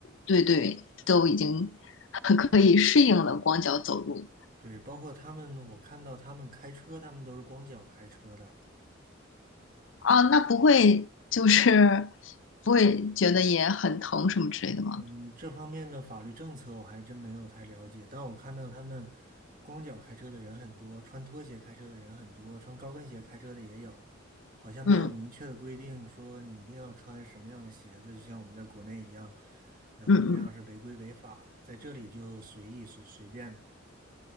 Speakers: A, on the left (about 65°); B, on the right (about 45°).
A: 对对，都已经 <laughs> 可以适应了光脚走路
B: 对，包括他们，我看到他们开车，他们都是光脚开车的。
A: 啊，那不会就是不会觉得也很疼什么之类的吗？
B: 嗯，这方面的法律政策我还真没有太了解，但我看到他们光脚开车的人很多，穿拖鞋开车的人很多，穿高跟鞋开车的也有，好像没有明确的规定说你一定要穿什么样的鞋子，
A: 嗯
B: 就像我们在国内一样，然后那样是违规违法的，
A: 嗯嗯。
B: 在这里就随意随随便。